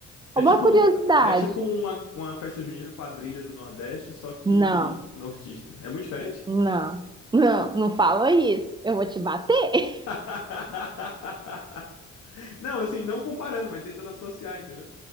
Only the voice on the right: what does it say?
Uma
curiosidade.
Não,
não, não, não fala isso. Eu vou te bater.